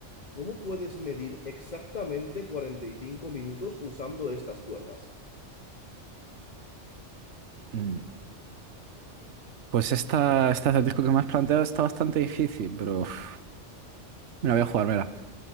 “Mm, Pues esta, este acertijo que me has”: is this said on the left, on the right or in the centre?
Right